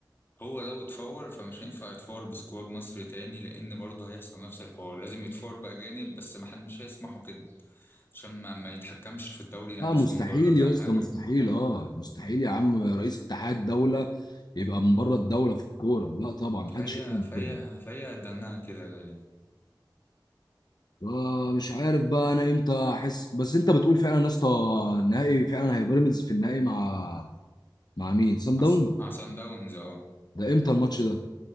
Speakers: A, on the left; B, on the left.
A: هو لو اتفور فمش هينفع يتفور بسكواد مصري تاني لان برضه هيحصل نفس الحوار لازم يتفور باجانب بس ما حد مش هيسمحوا كده عشان ما, ما يتحكمش في الدوري
B: لا
A: على ناس
B: مستحيل
A: من بره فاهم
B: يا اسطى
A: حاجه
B: مستحيل
A: مم.
B: اه مستحيل يا عم رئيس اتحاد دولة يبقى من بره الدولة في الكورة لا طبعا
A: فهي
B: محدش يعمل
A: فهي
B: كده
A: فهي دناها كده غالبا
B: آه مش عارف بقى انا امتى احس بس انت بتقول فعلا يا اسطى النهائي فعلا هي بيراميدز في النهائي مع مع مين سان
A: مع
B: داون
A: صن- مع صن داونز اه
B: ده امتى الماتش ده